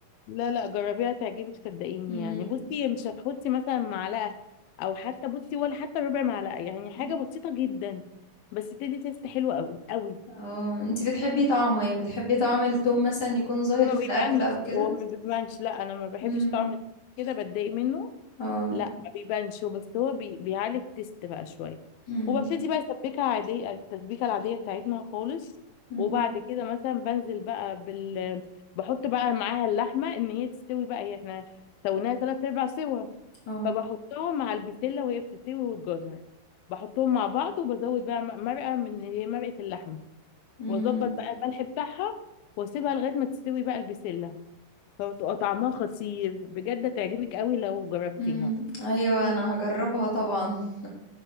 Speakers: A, on the left; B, on the left.
A: لا لا جربيها تعجبك صدقيني
B: مم.
A: يعني بصي مش هتحطي مثلا معلقه او حتى بصي ولا حتى ربع معلقه يعني حاجه
B: مم.
A: بسيطه جدا بس تدي تيست حلو قوي قوي
B: اه انتي بتحبي طعمه يعني بتحبي طعم التوم مثلا يكون ظاهر
A: هو ما
B: في
A: بيبانش
B: الاكل او كده
A: هو ما بيبانش لا انا ما بحبش
B: امم
A: طعم كده بتضايق منه
B: اه
A: لا ما بيبانش هو بس هو بي... بيعلي التست بقى شويه
B: امم
A: وببتدي بقى اسبكها عاديه التسبيكه العاديه بتاعتنا خالص
B: امم
A: وبعد كده مثلا بنزل بقى بال بحط بقى معاها اللحمه ان هي تستوي بقى هي احنا سويناها تلات ارباع سوا
B: اه
A: فبحطها مع البسله وهي بتستوي والجزر بحطهم مع بعض وبزود بقى مرقه من اللي هي مرقه اللحمه
B: امم
A: واظبط بقى الملح بتاعها واسيبها لغايه ما تستوي بقى البسله فبتبقى طعمها خطير بجد هتعجبك قوي لو جربتيها
B: امم ايوه انا هجربها طبعا <laughs>